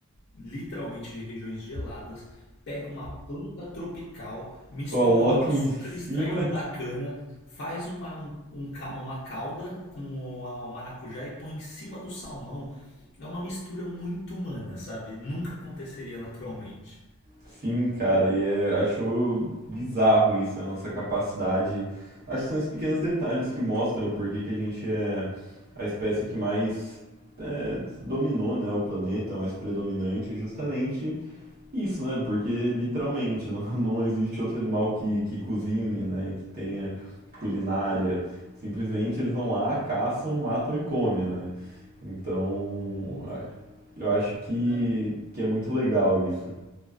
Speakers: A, on the left; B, on the right.
A: literalmente de regiões geladas, pega uma planta tropical, mistura
B: Coloca
A: com açúcar
B: em <laughs>
A: extraído
B: cima
A: da cana, faz uma, um, um ca- uma calda com o, a- o maracujá e põe em cima do salmão. É uma mistura muito humana, sabe? Nunca aconteceria naturalmente.
B: Sim, cara, e é, acho bizarro isso, a nossa capacidade. Acho que são esses pequenos detalhes que mostram por que que a gente é a espécie que mais é, dominou, né, o planeta, mais predominante, é justamente isso, né? Porque literalmente <laughs> não, não existe outro animal que, que cozinha, né, que tenha culinária. Simplesmente eles vão lá, caçam, matam e comem, né? Então,
A: Hum,
B: a-
A: cara.
B: eu acho que,
A: Né?
B: que é muito legal isso.